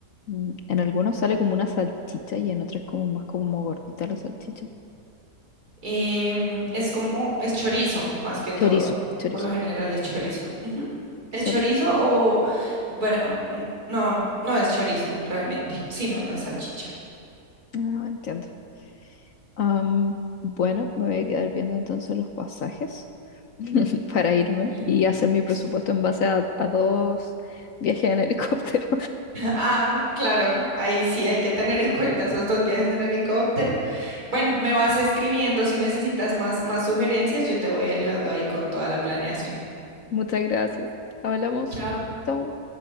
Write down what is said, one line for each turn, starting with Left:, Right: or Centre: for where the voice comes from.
Left: mm, en algunos sale como una salchicha y en otros como más como gordita la salchicha.
Right: Em, es como, es chorizo, más que todo.
Left: Chorizo, chorizo.
Right: Por lo general es chorizo. Ujú.
Left: Quizá,
Right: ¿Es chorizo o, bueno, n- no, no es chorizo realmente. Si no, no es salchicha.
Left: ah, entiendo. Am, bueno, me voy a quedar viendo entonces los pasajes <laughs> para irme
Right: Ujú.
Left: y
Right: <laughs>
Left: hacer mi presupuesto en base a, a dos viajes en helicóptero.
Right: Ah, claro, ahí sí hay que tener en cuenta esos dos viajes en helicóptero. Bueno, me vas escribiendo si necesitas más, más sugerencias, yo te voy ayudando ahí con toda la planeación.
Left: <laughs> Muchas gracias. Hablamos.
Right: Chao.
Left: Chau.